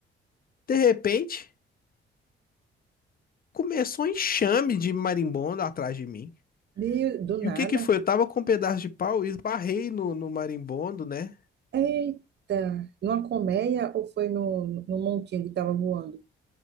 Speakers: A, on the left (about 45°); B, on the right (about 60°).
A: De repente, começou um enxame de marimbondo atrás de mim.
B: Meio do
A: E
B: nada.
A: o que que foi? Eu tava com um pedaço de pau e esbarrei no, no marimbondo, né?
B: Eita, numa colmeia ou foi no, no montinho que estava voando?